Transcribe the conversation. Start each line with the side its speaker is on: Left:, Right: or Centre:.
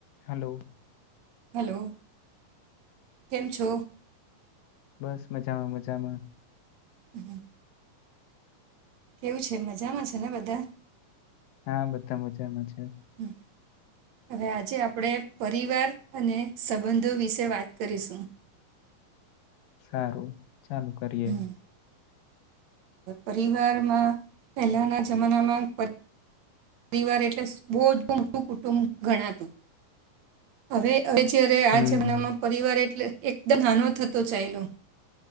Left: Hello.
Right: Hello કેમ છો <inaudible>
Left: બસ મજામાં મજામાં.
Right: હમ. કેવું છે મજામાં છે ને બધા.
Left: હા બધા મજામાંજા.
Right: હમ. હવે આજે આપણે પરિવાર અને સંબંધો વિશે વાત કરીશું.
Left: સારું ચાલુ કરીએ.
Right: હમ. પરિવારમાં પહેલાના જમાનામાં. પરિવાર એટલે બહુજ મોટું કુટુંબ ગણાતું હવે. હવે જયારે આ
Left: હમ
Right: જમાનામાં પરિવાર એટલે એકદમ નાનો થતો ચાલ્યો.